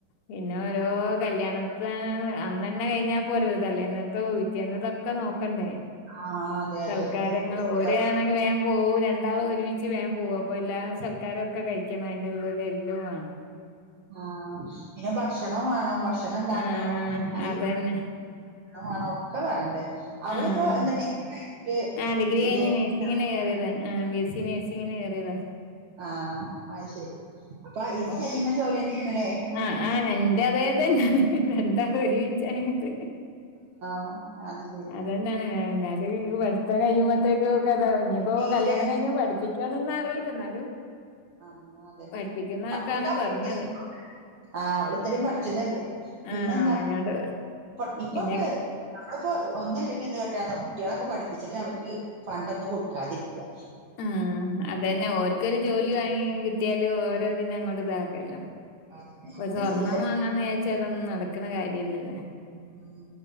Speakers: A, on the left; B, on the right.
A: പിന്നെ ഓരോ കല്യാണ ദ്യോനം അന്നന്നേ കഴിഞ്ഞാ പോരല്ലോ തലേന്നത്തോ പിറ്റേന്നത്തൊക്കെ നോക്കണ്ടേ
B: ആഹ് അതെ അതെ
A: സൽക്കാരങ്ങള്
B: എന്ത് ചെലവാ
A: ഓരാണെങ്കി വേം പോവും രണ്ട് ളും ഒരുമിച്ച് വേം പോവും അപ്പോ എല്ലാ സൽക്കാരൊക്കെ കഴിക്കണം ഐൻ്റുള്ള്ല് എല്യൊം വാണം
B: ആ പിന്നെ ഭക്ഷണം വേണം ഭക്ഷണം ഇണ്ടാക്കണം
A: ആഹ്
B: അല്ലെ
A: അതന്നെ
B: വേണം ഒക്കെ വേണ്ടേ അവളിപ്പോ
A: ആഹ്
B: എന്താ ഡിഗ്രീ <unintelligible>
A: ആഹ് ഡിഗ്രി കഴിഞ്ഞ് നേഴ്സിങ്ങിന് കേറിയതാ ആഹ് ബി എസ് സി നേഴ്സിങ്ങിന് കേറിയതാ
B: ആ അത് ശെരി അപ്പൊ ഇയ്യ്
A: ഓഹ്
B: ചെയ്യ്ണ ജോലിന്നേണ്ലേ
A: ആഹ് ആ എന്റെ അതേതന്നേണ് രണ്ടാളും ഒരുമീച്ചായോണ്ട്
B: അ <unintelligible>
A: അതന്നേണ് എന്നാലും പഠിത്തം കഴിയുമ്പോത്തേക്കൊക്കേ താവുഞ്ഞി ഇഞ്ഞിപ്പോ
B: തീരെ
A: കല്യാണം കഴിഞ്ഞ പഠിപ്പിക്കോ തൊന്നറീല ന്നാലും
B: ആ അതന്നെ
A: പഠിപ്പിക്കുന്നൊക്കാണ്
B: പഠിപ്പിക്കാതി
A: പറഞ്ഞത്
B: <unintelligible> ആ അവള് ഇത്രീം പഠിച്ചതല്ലേ പിന്നെ
A: ആഹ്
B: എന്താ
A: വയനാട്
B: ഇപ്പൊ ഇപ്പൊക്കെ
A: പിന്നെ
B: ഞങ്ങള്പ്പോ ഒന്നുല്ലെങ്കി എന്ത് കാട്ടാന്നോ കുട്യാളൊക്കെ പഠിപ്പിച്ചിട്ട് അവർക്ക് പണ്ടൊന്നും കൊട്ക്കാതിരിക്കാ
A: ആ അതന്നെ ഓര്ക്കൊരു ജോലി ക്ക് വാങ്ങി കിട്യാല് ഓരെ ഇതിന് അങ്ങോട്ട്താക്കല്ലോ
B: അതന്നെ
A: ഇപ്പം
B: അങ്ങനെ
A: സ്വർണം
B: ചെയ്യായിരുന്നു
A: വാങ്ങാന്ന് വിജാര്ച്ചാലൊന്നും നടക്ക്ണ കാര്യല്ലല്ലേ
B: ഉം